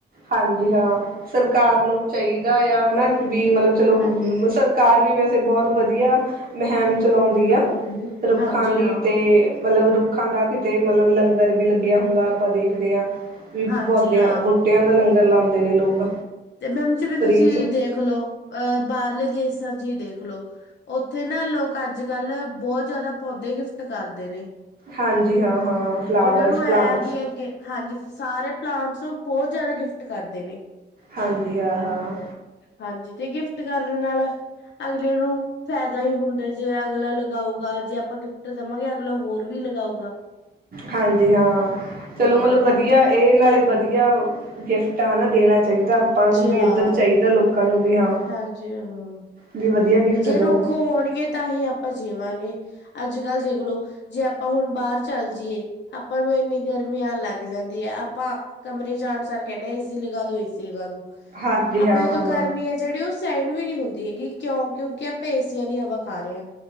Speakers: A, on the right (about 55°); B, on the left (about 75°).
A: ਹਾਂਜੀ ਹਾਂ, ਸਰਕਾਰ ਨੂੰ ਚਾਹੀਦਾ ਆ ਹਨਾ ਵੀ ਮਤਲਬ ਚਲੋ
B: ਹਾਂਜੀ
A: ਸਰ ਕਾਰ ਵੀ ਵੈਸੇ ਬਹੁਤ ਵਧੀਆ ਮਹਿੰਮ ਚਲਾਉਂਦੀ
B: ਹਾਂਜੀ
A: ਆ, ਰੁੱਖਾਂ
B: ਹਾਂਜੀ
A: ਦੀ
B: ਹਾਂ
A: ਤੇ ਮਤਲਬ ਰੁੱਖ ਰੁੱਖਾਂ ਦਾ ਕਿਤੇ ਮਤਲਬ ਲੰਗਰ ਵੀ ਲੱਗਿਆ ਹੁੰਦਾ ਆਪਾਂ ਦੇਖਦੇ ਆ, ਵੀ
B: ਹਾਂਜੀ
A: ਪੌਦਿਆਂ
B: ਹਾਂ
A: ਪੋਦਿਆਂ ਦਾ ਲੰਗਰ ਲਾਂਦੇ ਨੇ ਲੋਕ।
B: ਤੇ ਮੈਮ ਜਿਵੇਂ ਤੁਸੀਂ
A: ਫਰੀ ਚ
B: ਦੇਖ ਲਓ, ਅ ਬਾਹਰਲੇ ਦੇਸਾਂ 'ਚ ਹੀ ਦੇਖ ਲੋ। ਉੱਥੇ ਨਾ ਲੋਕ ਅੱਜਕੱਲ੍ਹ ਬਹੁਤ ਜ਼ਿਆਦਾ ਪੌਦੇ ਗਿਫਟ ਕਰਦੇ ਨੇ।
A: ਹਾਂਜੀ ਹਾਂ-ਹਾਂ ਫਲਾਵਰਸ
B: ਉਹਨਾਂ ਨੂੰ
A: ਪਲਾਂਟਸ।
B: ਐ ਵੀ ਅੱਗੇ ਹਾਂਜੀ ਸਾਰੇ ਪਲਾਂਟਸ ਬਹੁਤ ਜ਼ਿਆਦਾ ਗਿਫਟ ਕਰਦੇ ਨੇ।
A: ਹਾਂਜੀ ਹਾਂ-ਹਾਂ।
B: ਹਾਂਜੀ ਤੇ ਗਿਫਟ ਕਰਨ ਨਾਲ ਅਗਲੇ ਨੂੰ ਫਾਇਦਾ ਹੀ ਹੁੰਦਾ ਜੇ ਅਗਲਾ ਲਗਾਊਗਾ ਜੇ ਆਪਾਂ ਗਿਫਟ ਦਵਾਂਗੇ ਅਗਲਾ ਹੋਰ ਵੀ ਲਗਾਉਗਾ।
A: ਹਾਂਜੀ ਹਾਂ, ਚਲੋ
B: ਹਾਂ
A: ਮਤਲਬ ਵਧੀਆ
B: ਹਾਂਜੀ
A: ਇਹ ਨਾਲੇ ਵਧੀਆ- ਗਿਫਟ ਹਨਾ ਦੇਣਾ ਚਾਹੀਦਾ ਆਪਾਂ ਨੂੰ ਵੀ
B: ਹਾਂ
A: ਇੱਧਰ ਚਾਹੀਦਾ ਲੋਕਾਂ ਨੂੰ ਵੀ ਹਾਂ।
B: ਹਾਂਜੀ ਹਾਂ
A: ਵੀ ਵਧੀਆ ਗਿਫਟ
B: ਜੇ
A: ਦਉ।
B: ਰੁੱਖ ਹੋਣਗੇ ਤਾਂ ਹੀ ਆਪਾਂ ਜੀਵਾਂਗੇ। ਅੱਜਕੱਲ੍ਹ ਦੇਖਲੋ ਜੇ ਆਪਾਂ ਹੁਣ ਬਾਹਰ ਚਲ ਜੀਏ। ਆਪਾਂ ਨੂੰ ਇੰਨੀ ਗਰਮੀ ਲੱਗ ਜਾਂਦੀ ਹੈ ਆਪਾਂ ਕਮਰੇ 'ਚ ਆਣਸਾਰ ਕਹਿੰਨੇ ਆ ਏ ਸੀ ਲਗਾ ਦੋ ਏਸੀ ਏ ਸੀ ਲਗਾ ਦੋਂ।
A: ਹਾਂਜੀ
B: ਆਪਣੇ
A: ਹਾਂ
B: ਤੋਂ
A: ਹਾਂ।
B: ਗਰਮੀ ਹੈ ਜਿਹੜੀ ਉਹ ਸੈਣ ਵੀ ਨੀ ਹੁੰਦੀ ਹੈਗੀ ਕਿਉਂ ਕਿਉਂਕਿ ਏਸੀਆਂ ਦੀ ਹਵਾ ਖਾ ਰੇ ਆਂ,